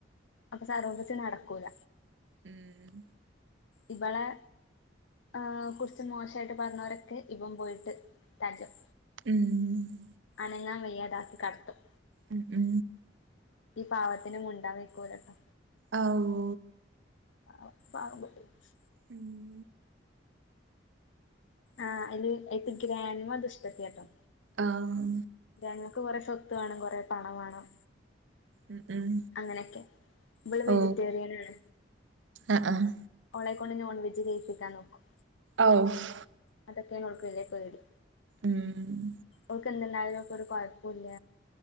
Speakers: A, on the left; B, on the right.
A: അപ്പ സരോഗസി നടക്കൂല
B: ഉം
A: ഇബെളെ ആഹ് കുറിച്ച് മോശായിട്ട് പർഞ്ഞാേരൊക്കെ ഇവൻ പോയിട്ട് തല്ലും
B: ഉം
A: അനങ്ങാം വയ്യാതാക്കി കടത്തും
B: ഉം ഉം
A: ഈ പാവത്തിന് മുണ്ടാം വെയ്ക്കൂലട്ടാ
B: അവൂ
A: ആഹ് പാവം കുട്ടി
B: ഉം
A: ആഹ് അയ്ല് അയ്ത്തെ ഗ്രാൻമ ദുഷ്ടത്ത്യാട്ടോ
B: ആഹ്
A: ഗ്രാൻമ്മക്ക്‌ കൊറേ സ്വത്ത് വാണം കൊറേ പണം വാണം
B: ഉം ഉം
A: അങ്ങനെക്കെ ഇബള് വെജിറ്റേറിയനാണ്
B: ഓ ആഹ് ആഹ്
A: ഓളെ കൊണ്ട് നോൺവെജ് കെയ്പ്പിക്കാൻ നോക്കും
B: ഔഫ്
A: അതൊക്കെയാണ് ഓൾക്ക് വെല്യെ പേടി
B: ഉം
A: ഓൾക്ക് എന്ത്ണ്ടായാലും ഓൾക്കൊര് കൊഴപ്പൂല്ല